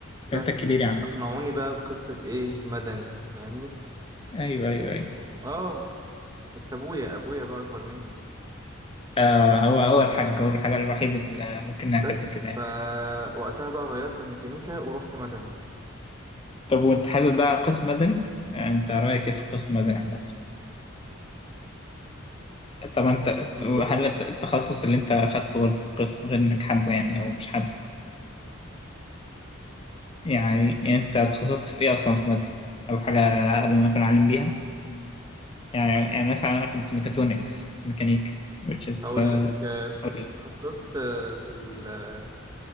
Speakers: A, on the right; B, on the left.
A: بس
B: انت أنت الكبير يا عم
A: اقنعوني بقى بقصه ايه مدني فاهمني
B: ايوه ايوه ايوه
A: اه بس ابويا ابويا بقى اكبر مني
B: آه هو هو الحاج هو الحاجه الوحيده اللي ممكن نعتبره
A: بس
B: كده
A: فوقتها
B: يعني
A: بقى غيرت من ميكانيكا ورحت مدني
B: طب وانت حابب بقى قسم مدني آه، انت رايك ايه في قسم مدني عامه طب انت أنت-
A: بالظبط
B: هل الت- التخصص اللي انت اخدته برضه في القسم غير انك حابه يعني او مش حابه يعني انت اتخصصت في ايه اصلا في مدني او حاجه هل نكون عالم بيها يعني يعني مثلا أنا كنت ميكاترونكس ميكانيكا which is
A: هقول
B: آه
A: لك آه، اتخ-
B: قول لي.
A: اتخصصت آه، في ال آه،